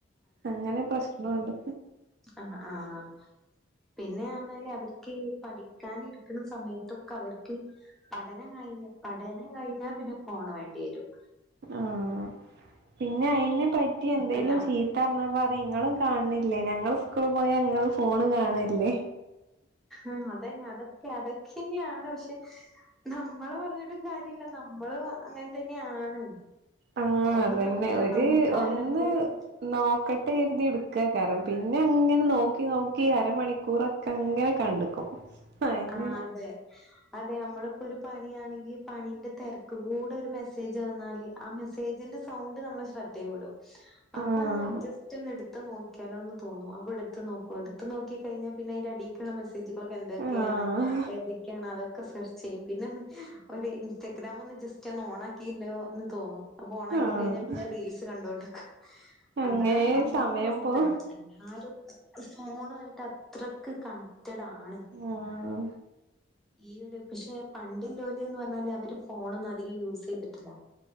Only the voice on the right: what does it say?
അങ്ങനെ പ്രശ്നോണ്ട്
ആഹ് പിന്നെ അയിനെപറ്റി എന്തേലും
ചീ ത്ത പറഞ്ഞാ പറയും ഇങ്ങളും കാണണില്ലേ ഞങ്ങള് സ്കൂള് പോയാ ഇങ്ങള് ഫോണ് കാണല്ലേ
ആഹ്
അതന്നെ
ഒരു
ഒന്ന് നോക്ക നോട്ട് എഴുതി എടുക്കാകാരം പിന്നെ അങ്ങനെ നോക്കി നോക്കി അരമണിക്കൂറൊക്കെ അങ്ങനെ കണ്ട്ക്കും അയിന്
ആഹ്
ആഹ്
ആഹ്
അങ്ങനെ
സമയം
പോവും
ആഹ്